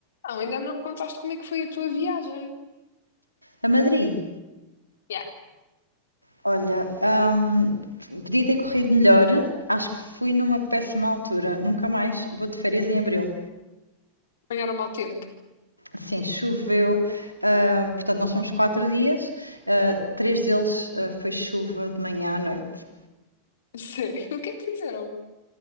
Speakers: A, on the left; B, on the right.
A: Não, ainda não me contaste como é que foi a tua viagem.
B: A Madrid,
A: Yeah.
B: olha, hum, podia ter corrido melhor. Acho que fui numa péssima altura. Nunca mais vou de férias em abril.
A: Apanharam mau tempo.
B: Sim, choveu. ah, portanto, nós fomos quatro dias. ah, três deles ah, foi chuva de manhã à noite.
A: <laughs> Sério, o que é que fizeram?